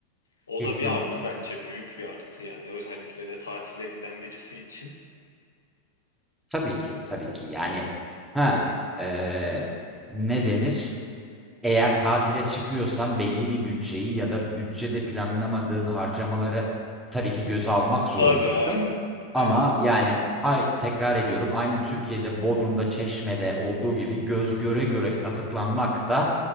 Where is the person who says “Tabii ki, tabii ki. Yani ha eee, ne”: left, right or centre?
Centre